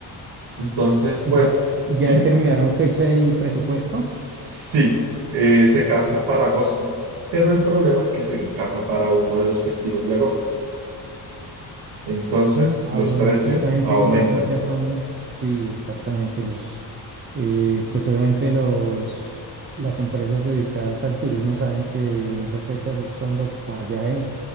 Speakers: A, on the right; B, on the right.
A: Entonces,
B: ¿Y
A: pues,
B: ya, ya
A: dime,
B: determinaron fecha y presupuesto?
A: sí, eh, se casa para agosto, pero el problema es que se casa para uno de los festivos de agosto. Entonces,
B: Ah,
A: los
B: bueno,
A: precios
B: precisamente
A: aumentan.
B: en esas fechas son, sí, exactamente, los, eh, pues obviamente los, las empresas dedicadas al turismo saben que en esas fechas es cuando más viaja gente